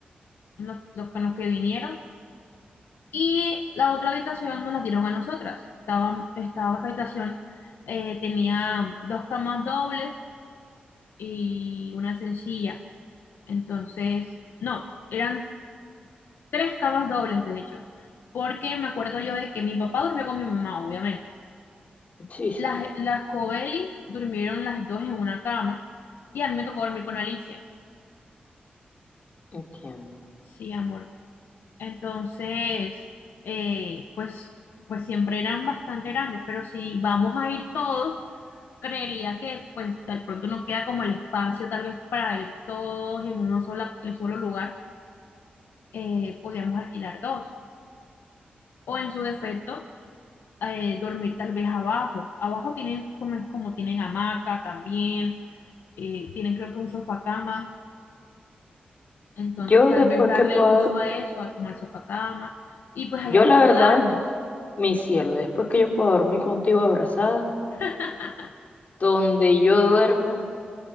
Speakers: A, on the left (about 90°); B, on the left (about 50°).
A: los, los con los que vinieron, y la otra habitación nos la dieron a nosotras. Estaba, estaba esa habitación, eh, tenía dos camas dobles y una sencilla. Entonces, no, eran tres camas dobles, de hecho, porque me acuerdo yo de que mi papá durmió con mi mamá, obviamente.
B: Sí, sí,
A: Las, las Cobelis durmieron las dos en una cama y a mí me tocó dormir con Alicia.
B: entiendo.
A: Sí, amor. Entonces, eh, pues, pues siempre eran bastante grandes, pero si vamos a ir todos, creería que pues de pronto no queda como el espacio tal vez para ir todos en una sola, en solo lugar, eh, podríamos alquilar dos. O en su defecto, eh, dormir tal vez abajo. Abajo tienen como, como tienen hamaca también, eh, tienen creo que un sofá cama, entonces
B: Yo
A: tal
B: después
A: vez darle
B: que pueda,
A: uso a eso, a como el sofá cama, y pues
B: yo
A: ahí acomodarnos.
B: la verdad, mi cielo, después que yo pueda dormir contigo abrazada,
A: <laughs>
B: donde yo duerma,